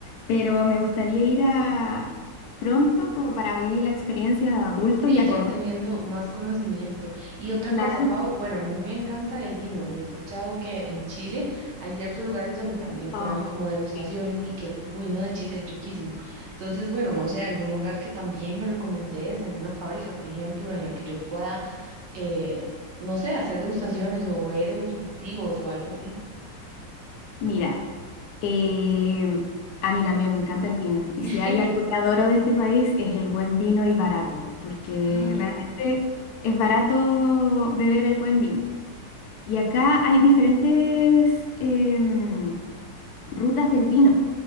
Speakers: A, on the left; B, on the right.
A: Pero me gustaría ir a pronto como para vivir la experiencia de adulto
B: Sí,
A: y acordar.
B: ya teniendo más conocimiento. Y otra
A: Claro.
B: cosa, Pau, bueno, a mí me encanta el vino y he escuchado que en Chile hay ciertos lugares donde también te
A: Oh,
B: dan como degustaciones
A: sí.
B: y que el vino de Chile es riquísimo. Entonces, bueno, no sé, algún lugar que también me recomendés, alguna fábrica, por ejemplo, en la que yo pueda, eh, no sé, hacer degustaciones o ver en los cultivos o algo así.
A: Mira, em, a mí también me encanta el vino. Y
B: <laughs>
A: si hay algo que adoro de este país es el buen vino y barato, porque
B: Ah,
A: realmente
B: ujú,
A: es barato beber el buen vino. Y
B: ujú,
A: acá hay diferentes em, rutas del vino.